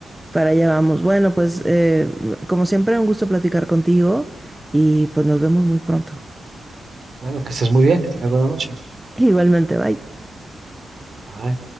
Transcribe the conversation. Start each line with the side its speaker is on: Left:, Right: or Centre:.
Centre: Para allá vamos. Bueno, pues eh, como siempre, un gusto platicar contigo y pues nos vemos muy pronto.
Right: Bueno, que estés muy bien, que tengas buena noche.
Centre: <laughs> Igualmente, bye.
Right: Ah,